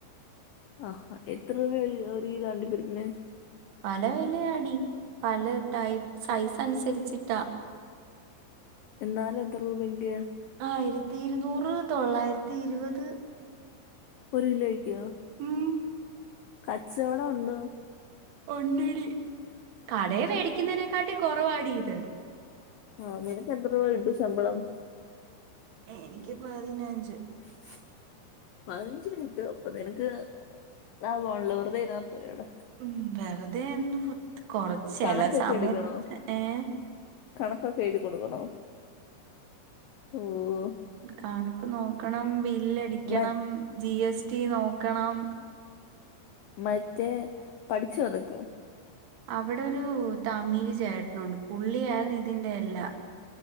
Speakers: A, on the left; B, on the right.
A: ആഹ് എത്ര രൂപ ഒരു കിലോ അണ്ടി പരിപ്പിന്
B: പല വിലയാടി പല ടൈപ്പ് സൈസ് അനുസരിച്ചിട്ടാ
A: എന്നാലും എത്ര രൂപയൊക്കെയാ
B: ആയിരത്തി ഇരുന്നൂറ് തൊള്ളായിരത്തി ഇരുപത്
A: ഒരു കിലോയ്ക്കോ
B: ഉം
A: കച്ചവടം ഉണ്ടോ
B: ഒണ്ടടി കടേ വേടിക്കുന്നതിനെക്കാട്ടി കൊറവാടി ഇത്
A: ആഹ് നിനക്ക് എത്ര രൂപ കിട്ടും ശമ്പളം
B: എനിക്ക് പതിനഞ്ച്
A: <inaudible> പതിനഞ്ച് കിട്ടോ അപ്പൊ നിനക്ക് ലാഭം ആണല്ലോ വെറുതെയിരുന്നപ്പോരേ അവിട
B: ഉം വെറുതെ എന്ത് കൊറച്ച് ചെല
A: കണക്കൊക്കെ
B: സമയത്ത്
A: എടുക്കണോ
B: ഏഹ്
A: കണക്കൊക്കെ എഴുതി കൊടുക്കണോ ഓഹ്
B: കണക്ക് നോക്കണം ബില്ലടിക്കണം
A: മ
B: ജി എസ് ടി നോക്കണം
A: മറ്റേ പഠിച്ചോ അതൊക്കെ
B: അവിടെ ഒരു തമിഴ് ചേട്ടനുണ്ട് പുള്ളിയായിരുന്നു ഇതിൻ്റെയെല്ലാം